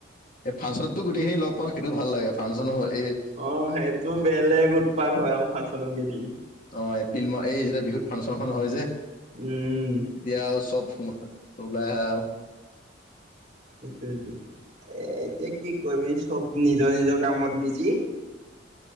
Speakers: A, on the left; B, on the right.
A: এ' ফাংচনতো গোটেইিন লগ পাওঁ সেইটো ভাল লাগোংনো হয়।
B: অ' সেইটো বেলেগ উৎপাত হয় আৰু ফাংচন কেইদিন।
A: অ' এপ্ৰিল মাহ এই যেতিয়া বিহুত ফাংচনখন হয় যে।
B: উম।
A: এতিয়া আৰু চব সম ওলাই আহে আৰু।
B: সটোটো এ' এতিয়া কি কবি চব নিজৰ- নিজৰ কামত বিজি।